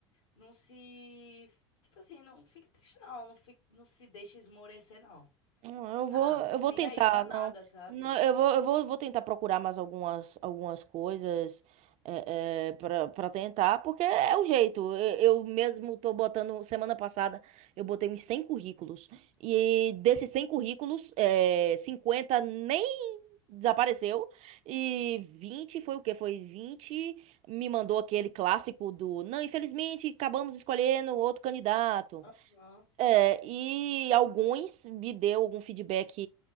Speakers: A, on the left; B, on the right.
A: Não se. Tipo assim, não fique triste, não. Não, fique, não se deixe esmorecer, não.
B: Hum, Eu
A: Ah,
B: vou, eu vou
A: nem
B: tentar,
A: aí pra nada,
B: não.
A: sabe?
B: Não, eu vou, eu vou, vou tentar procurar mais algumas, algumas coisas é, para tentar, porque é o jeito. Eu, eu mesmo tô botando, semana passada, eu botei uns 100 currículos. E desses 100 currículos, é, 50 nem desapareceu. E 20 foi o quê? Foi 20 me mandou aquele clássico do, não, infelizmente acabamos escolhendo outro candidato.
A: Aham.
B: É, e alguns me deu algum feedback,